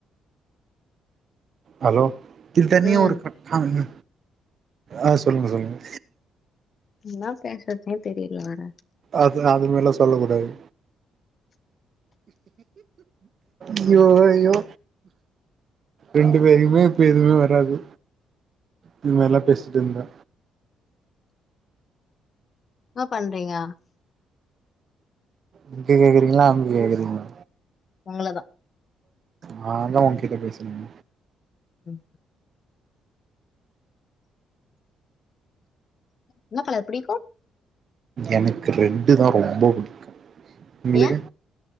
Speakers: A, on the right; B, on the left.
A: ஹலோ திட்டன்யா
B: ம்.
A: ஒருக்க காலு ஆ சொல்லுங் சொல்லுங்க
B: இன்னா பேசற்தே தெரில வேற
A: அது அது மேலா சொல்ல கூடாது அய்யோ அய்யோ ரெண்டு பேருமே இப்ப எதுமேவராது இது மாரில்லா பேசிட்டுருந்தா
B: ஆ பண்றைய
A: இங்க கேக்குறீங்களா அங்க கேக்குறீங்களா
B: உங்கள தா
A: நாதா உன்கிட்ட பேசினங்
B: உம் என்ன கலர் பிடிக்கு
A: எனக்கு ரெட்டு தா ரொம்ப பிடிக்கு உங்களுக்கு
B: ஏன்?